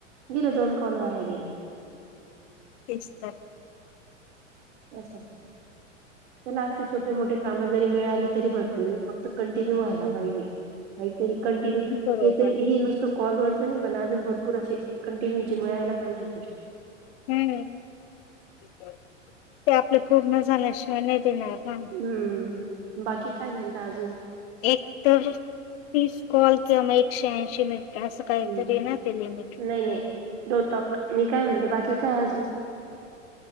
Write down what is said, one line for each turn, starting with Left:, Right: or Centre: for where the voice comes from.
Right: गेले दोन कॉल वाया गेले.
Left: तेच तर
Right: असं त्याला असते छोटे मोठे कामं जरी मिळाले, तरी भरपूर आहे. फक्त कंटिन्यू व्हायला पाहिजे, काहितरी कंटिन्यू. काहीतरी
Left: बरोबर
Right: हे तरी हे नुसतं कॉल वरचं नाही पण अजून भरपूर अशे, कंटिन्यू मिळायला पाहिजे.
Left: हम्म, ते आपलं पूर्ण झाल्याशिवाय नाही देणार ना.
Right: हम्म, बाकी काय म्हणता अजून?
Left: एक तर तीस कॉल किंवा मं एकशे ऐंशी मिनिटं असं काहीतरी
Right: हम्म
Left: येना ते लिमिट.
Right: नाही नाही. डोंट टाॅक्ड, मी काय म्हणते बाकी काय अजून?